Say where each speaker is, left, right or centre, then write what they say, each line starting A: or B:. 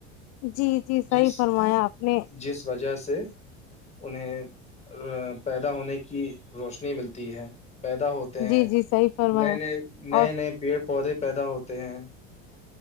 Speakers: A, on the left; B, on the left.
A: جی جی صحیح
B: جس
A: فرمایا آپ نے
B: جس وجہ سے انہیں پیدا ہونے کی روشنی ملتی ہے پیدا ہو ہیں
A: جی جی صحیح فرمایا
B: نئے نئے نئے
A: اور
B: نئے پیڑ پودے پیدا ہوتے ہیں